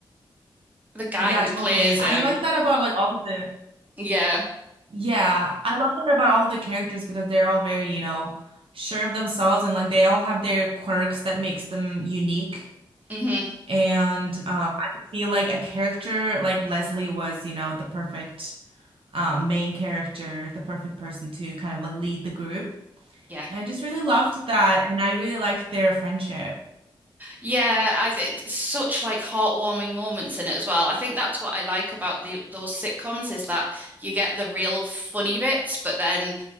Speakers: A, on the right (about 20°); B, on the right (about 70°).
A: the guy
B: yeah,
A: who
B: totally.
A: plays
B: I
A: him,
B: like that about like all of the,
A: yeah.
B: yeah, I love that about all of the characters because they're all very, you know, sure of themselves and like they all have their quirks that makes them unique.
A: hmm
B: And um, I feel like a character like Leslie was, you know, the perfect um, main character, the perfect person to kind of like lead the group.
A: yeah.
B: And I just really loved that. And I really liked their friendship.
A: Yeah, I think such like heartwarming moments in it as well. I think that's what I like about the those sitcoms is that you get the real funny bits, but then